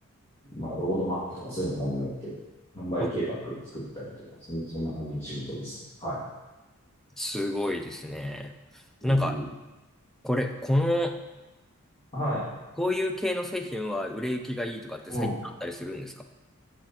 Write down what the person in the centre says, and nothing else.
あ、
すごいですね。
なんか、これ、この、
こういう系の製品は売れ行きがいいとかって最近あったりするんですか